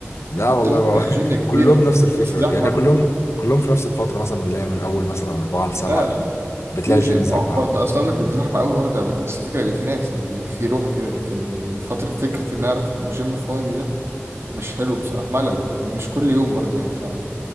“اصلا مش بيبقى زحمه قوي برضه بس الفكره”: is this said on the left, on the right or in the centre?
Right